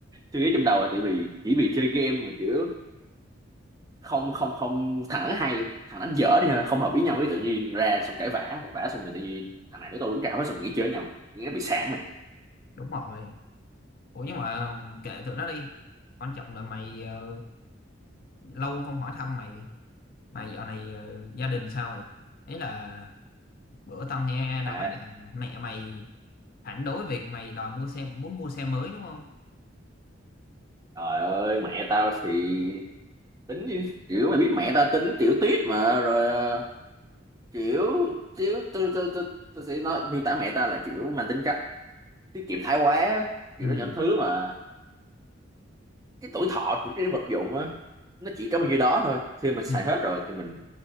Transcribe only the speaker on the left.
đúng rồi ủa nhưng mà kệ tụi nó đi quan trọng là mày ờ, lâu không hỏi thăm mày mày dạo này ờ, gia đình sao rồi ấy là bữa tao nghe nói
là mẹ mày phản đối việc mày đòi mua xe muốn mua xe mới đúng không
ừ
ừ